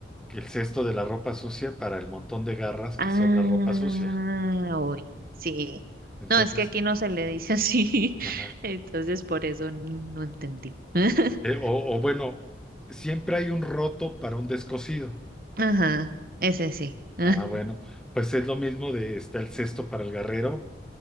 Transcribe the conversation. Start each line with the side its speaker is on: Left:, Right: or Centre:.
Centre: que el cesto de la ropa sucia para el montón de garras
Right: Ah,
Centre: que son la ropa sucia.
Right: hoy, sí.
Centre: Entonces,
Right: No, es que aquí no se le dice así,
Centre: ajá.
Right: <laughs> entonces por eso no entendí. <laughs>
Centre: Eh, o, o bueno, siempre hay un roto para un descosido.
Right: Ajá, ese sí, <laughs>
Centre: Ah, bueno, pues es lo mismo de está el cesto para el garrero.